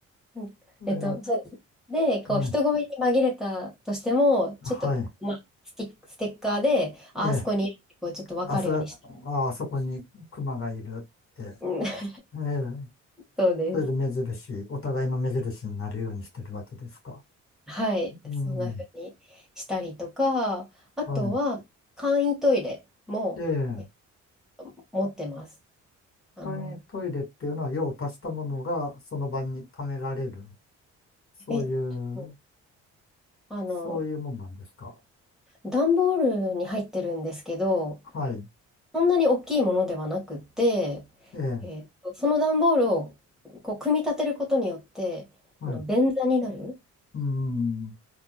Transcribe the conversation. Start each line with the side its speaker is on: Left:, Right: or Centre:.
Centre: うんえっと、
Left: や、
Centre: そうです。で、こう、
Left: ええ、
Centre: 人混みに紛れたとしても、
Left: はい。
Centre: ちょっと、まあ、スティ、ステッカーで、ああそこに、
Left: ええ、
Centre: こう、ちょっと分かるようにして。
Left: あそ、あ、あそこにクマがいるって。
Centre: うん <laughs>
Left: ええ、
Centre: そうです。
Left: それで目印、お互いの目印になるようにしてるわけですか。
Centre: はい。
Left: うん。
Centre: そんな風にしたりとか、あとは簡易トイレもえ
Left: はい。ええ、
Centre: 持ってます。あの、
Left: 簡易トイレっていうのは用を足したものがその場に貯められる。そういう、
Centre: えっと、あの、
Left: そういうもんなんですか。
Centre: 段ボールに入ってるんですけど、
Left: はい。
Centre: そんなに大きいものではなくて、
Left: ええ、
Centre: えっと、その段ボールをこう組み立てることによって、
Left: はい。
Centre: あの便座になる
Left: うん。